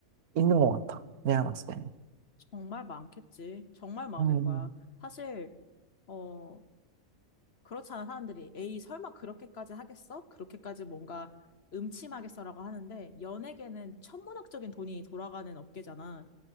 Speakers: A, on the right (about 80°); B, on the left (about 50°).
A: 있는 것 같아. 내가 봤을 때는.
B: 정말 많겠지. 정말 많을
A: 음,
B: 거야. 사실, 어, 그렇잖아. 사람들이. 에이, 설마 그렇게까지 하겠어? 그렇게까지 뭔가 음침하겠어라고 하는데, 연예계는 천문학적인 돈이 돌아가는 업계잖아.